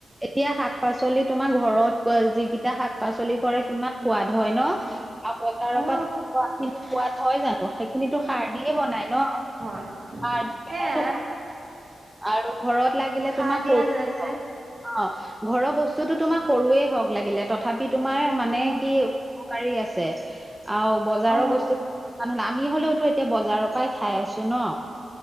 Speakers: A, in the centre; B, on the right.
A: এতিয়া শাক পাচলি তোমাৰ ঘৰত ক যিকিটা শাক পাচলি কৰে কিমান সোৱাদ হয় ন। আৰু বজাৰৰ
B: অ
A: পৰা খোৱা খিনি সোৱাত হয় জানো, সেইখিনিতো সাৰ দিয়ে বনাই ন।
B: আহ
A: সাৰ দি পেলাইতো
B: সেয়া।
A: আৰু ঘৰত লাগিলে
B: সাৰ
A: তোমাৰ
B: দিয়া
A: সৰু।
B: যায় যে
A: অ ঘৰৰ বস্তুতো তোমাৰ সৰুৱে হওক লাগিলে ত থাপি তোমাৰ মানে
B: অ
A: কি উপকাৰী আছে। আও বজাৰৰ
B: অ
A: বস্তু কি আমি হলেওতো এতিয়া বজাৰৰ পৰাই খাই আছো ন।